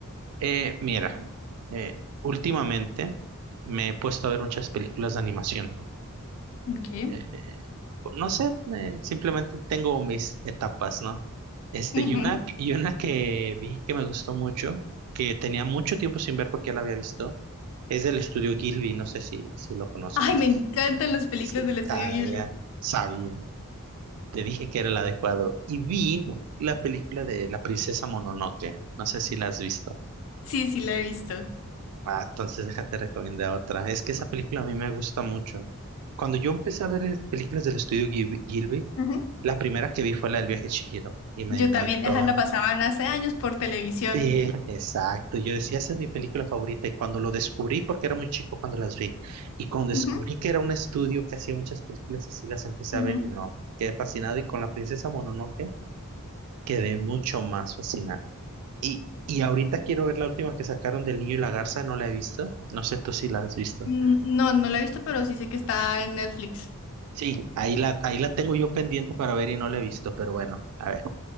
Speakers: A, on the right; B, on the left.
A: Eh, mira, eh, últimamente me he puesto a ver muchas películas de animación.
B: Ok.
A: Eh, no sé, eh, simplemente tengo mis etapas, ¿no? Este,
B: Ujú.
A: y una, y una que vi que me gustó mucho, que tenía mucho tiempo sin ver porque ya la había visto, es del estudio Gilby, no sé si, si lo conozcas.
B: Ay, me encantan las películas
A: Sí,
B: del estudio
A: ah,
B: Ghibli.
A: ya, sabía, te dije que era el adecuado. Y vi la película de La princesa Mononoke, no sé si la has visto.
B: Sí, sí, la he visto.
A: Ah, entonces déjate recomendar otra. Es que esa película a mí me gusta mucho. Cuando yo empecé a ver películas del estudio Gil- Gilby,
B: Ujú.
A: La primera que vi fue la del viaje de Chihiro y me
B: Yo
A: encantó.
B: también, ajá, la pasaban hace años por televisión.
A: Sí, exacto. Yo decía, esa es mi película favorita. Y cuando lo descubrí, porque era muy chico cuando las vi, y cuando descubrí
B: Ujú,
A: que era un estudio que hacía muchas películas así, las empecé
B: ujú.
A: a ver y no, quedé fascinado. Y con la princesa Mononoke quedé mucho más fascinado. Y, y ahorita quiero ver la última que sacaron del niño y la garza, no la he visto. No sé tú si la has visto.
B: Mm, No, no la he visto, pero sí sé que está en Netflix.
A: Sí, ahí la, ahí la tengo yo pendiente para ver y no la he visto, pero bueno, a ver.